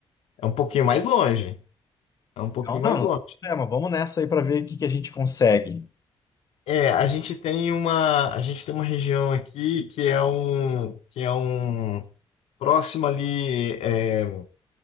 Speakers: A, on the left (about 85°); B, on the left (about 35°).
A: É um pouquinho mais longe. É um pouquinho
B: Não,
A: mais
B: não, não
A: longe.
B: tem problema, vamos nessa aí pra ver o que que a gente consegue.
A: É, a gente tem uma, a gente tem uma região aqui que é um, que é um próximo ali, é,